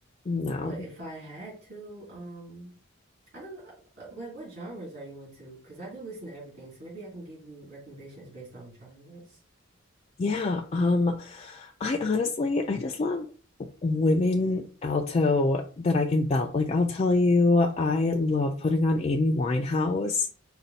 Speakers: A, on the left (about 30°); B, on the right (about 55°).
A: no,
B: But if I had to, um, I don't know, uh, like what genres are you into? Because I do listen to everything, so maybe I can give you recommendations based on genres.
A: Yeah, um, I honestly, I just love women alto that I can belt. Like, I'll tell you, I love putting on Amy Winehouse.